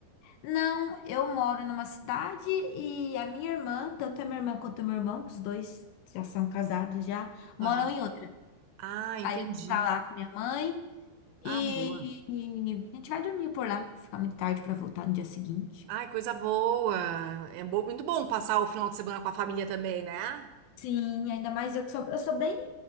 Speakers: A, on the left (about 80°); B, on the right (about 80°).
A: Não, eu moro numa cidade e a minha irmã, tanto a minha irmã quanto o meu irmão, que os dois já são casados já, moram
B: Aham.
A: em outra.
B: Ah, entendi.
A: Aí eu vou pra lá com minha mãe.
B: Ah,
A: E,
B: boa.
A: e a gente vai dormir por lá, ficar muito tarde pra voltar no dia seguinte.
B: Ai, coisa boa. É bo- muito bom passar o final de semana com a família também, né?
A: Sim, ainda mais eu que sou, eu sou bem